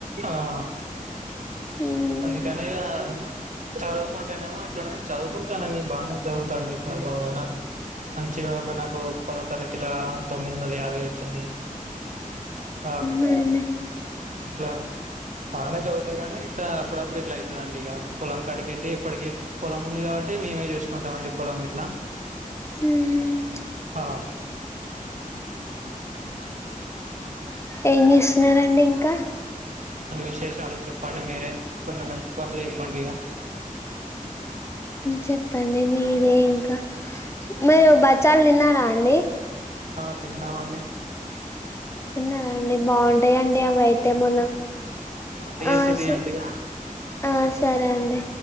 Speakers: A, on the right; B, on the left.
A: ఆ గా
B: ఉమ్
A: అందుకనీ ఇగా చదువుకుంటానేమో అట్లాండే చదువుకుంటాన న బాగానే చదువుతాను నీ చప్పవనా మంచిగా ఒక నాకు పదో తరగతిలా తొమ్మిది వందల యాభై వచ్చినాయి. నాకు
B: అవునండి
A: ఇట్లా బానే చదువుతాది గానీ ఇట్లా అప్పుడప్పుడు ఇట్లా అయితుందిండి ఇగ పొలం కాండికి వెళ్లి ఇప్పటికీ పొలం ఉంది కాబట్టి అంటే మేమే చూసుకుంటాం అండి పొలం గిట్లా
B: ఉమ్
A: ఆ
B: ఏం చేస్తున్నారండి ఇంకా
A: అన్ని విశేషాలు చెప్పండి మీరే కొన్ని మంచి పనులు చెప్పండి ఇగ
B: చెప్పండి మీరే ఇంకా మీరు బచ్చాలు తిన్నారా అండి?
A: ఆ తిన్నామ్ అండి.
B: తిన్నారా అండి బావుంటాయండి అవి అయితే ఏ మొన్న
A: ఏ నేన్ మళ్ళీ చేస్తా
B: ఆ
A: తియండి
B: స
A: ఇగ
B: ఆ సరే అండి